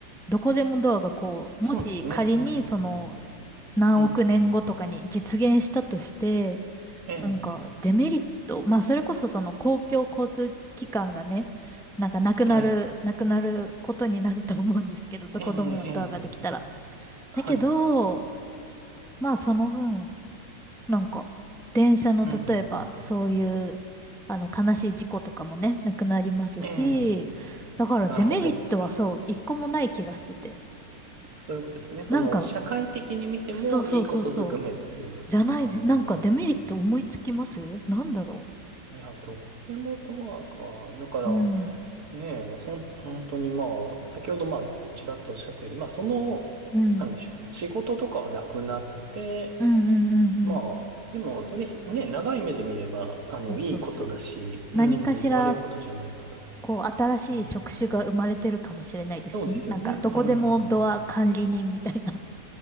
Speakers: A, in the centre; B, on the right (about 60°).
A: どこでもドアがこう、
B: あ、そうですね。
A: もし仮にその、
B: うん。うん、
A: 何億年後とかに実現したとして、
B: うん。ええ、
A: なんか、デメリット、まあ、それこそその公共交通機関がね、なんかなくなる、
B: はい。
A: なくなることになると思うんですけど、どこでもドアができたら。
B: ええ、ええ、はい。
A: だけど、
B: うん、
A: まあ、その分、なんか、電車の例えば、
B: うん、うん。
A: そういう、あの、悲しい事故とかもね、なくなりますし、
B: ええ、
A: だからデメリットはそう、
B: なるほど。
A: 一個もない気がしてて。
B: そういうことですね。その、
A: なんか、
B: 社会的に見てもいいことずくめっていう。
A: そうそうそうそう、じゃない、
B: あ
A: なんかデメリット思いつきますなんだろ
B: あ、いや、どこでもドアか。だから、
A: う。うん。
B: ねえ、そん、本当にまあ、先ほどまあ、ちらっとおっしゃったように、まあ、その、
A: うん
B: なんでしょう、仕事とかはなくなって、
A: うんうんうんうん。
B: まあ、でも、それ、ね、長い目で見れば、あの、
A: そうそうそう。
B: いいことだし、うん、
A: 何かしら、
B: 悪いことじゃないから。
A: こう、新しい職種が生まれてるかもしれないですしね。
B: うん、そうですよね。
A: なんか、
B: う
A: どこでもドア管理人みたいな。
B: ん、